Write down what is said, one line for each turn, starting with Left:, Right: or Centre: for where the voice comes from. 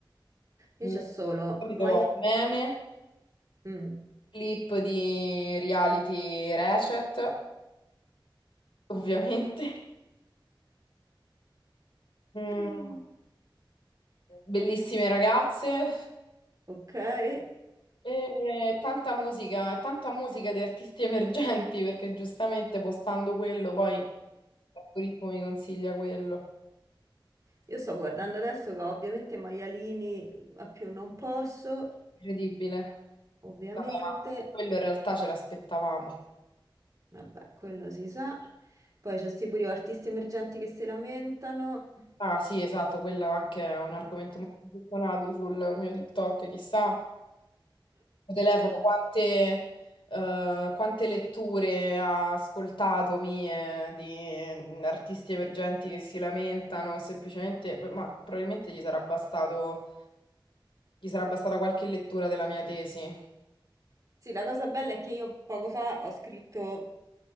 Right: Io
Left: Mm,
Right: c'ho
Left: Di
Right: solo
Left: solito
Right: maiali...
Left: meme.
Right: Mm.
Left: clip di reality Ratchet, ovviamente. Mm,
Right: <laughs>
Left: Bellissime ragazze.
Right: Ok. Eh.
Left: E tanta musica, e tanta musica di artisti emergenti, perché giustamente postando quello, poi l'algoritmo mi consiglia quello.
Right: Io sto guardando adesso che ho ovviamente maialini mm, a più non posso,
Left: Incredibile.
Right: ovviamente.
Left: Vabbè, ma quello in realtà ce l'aspettavamo.
Right: Vabbè, quello si sa. Poi c'è sti pure artisti emergenti che si lamentano.
Left: Ah sì, esatto, quello anche è un argomento molto gettonato sul mio TikTok, chissà, il telefono, quante, eh, quante letture ha ascoltato mie di artisti emergenti che si lamentano, semplicemente, ma probabilmente gli sarà bastato, gli sarà bastata qualche lettura della mia tesi.
Right: Sì, la cosa bella è che io poco fa ho scritto